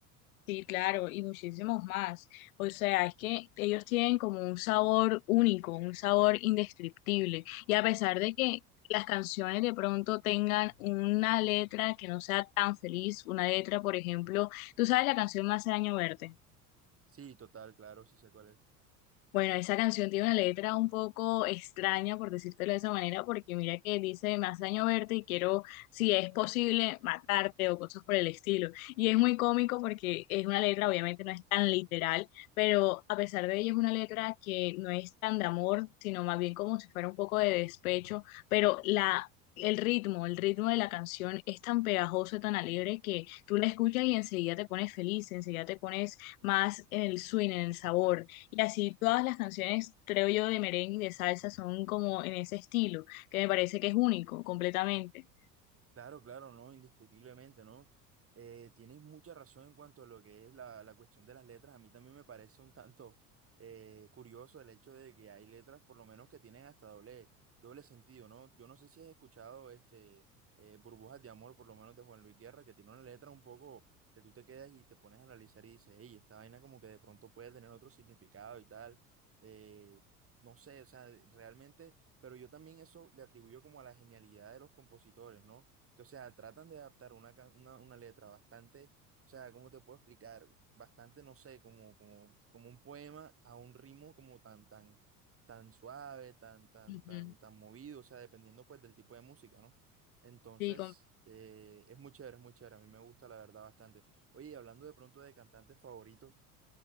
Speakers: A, on the left; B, on the right.
A: Sí, claro, y muchísimos más. O sea, es que ellos tienen como un sabor único, un sabor indescriptible. Y a pesar de que las canciones de pronto tengan una letra que no sea tan feliz, una letra, por ejemplo, tú sabes la canción Me hace daño verte.
B: Sí, total, claro, sí sé cuál es.
A: Bueno, esa canción tiene una letra un poco extraña, por decírtelo de esa manera, porque mira que dice, me hace daño verte y quiero, si es posible, matarte o cosas por el estilo. Y es muy cómico porque es una letra, obviamente no es tan literal, pero a pesar de ello es una letra que no es tan de amor, sino más bien como si fuera un poco de despecho, pero la... El ritmo, el ritmo de la canción es tan pegajoso, tan alegre que tú la escuchas y enseguida te pones feliz, enseguida te pones más en el swing, en el sabor. Y así todas las canciones, creo yo, de merengue y de salsa son como en ese estilo, que me parece que es único, completamente.
B: Claro, claro, no, indiscutiblemente, ¿no? Eh, tienes mucha razón en cuanto a lo que es la, la cuestión de las letras. A mí también me parece un tanto eh, curioso el hecho de que hay letras, por lo menos que tienen hasta doble, doble sentido, ¿no? Yo no sé si has escuchado este eh, Burbujas de Amor, por lo menos de Juan Luis Guerra, que tiene una letra un poco que tú te quedas y te pones a analizar y dices, hey, esta vaina como que de pronto puede tener otro significado y tal. Eh, no sé, o sea, realmente, pero yo también eso le atribuyo como a la genialidad de los compositores, ¿no? que, o sea, tratan de adaptar una, can- una, una letra bastante, o sea, ¿cómo te puedo explicar? Bastante, no sé, como, como, como un poema a un ritmo como tan, tan, tan suave, tan, tan,
A: Ujú.
B: tan, tan movido, o sea, dependiendo pues del tipo de música, ¿no? Entonces,
A: Sí,
B: eh, es muy chévere, es muy chévere, a mí me gusta la verdad bastante. Oye, y hablando de pronto de cantantes favoritos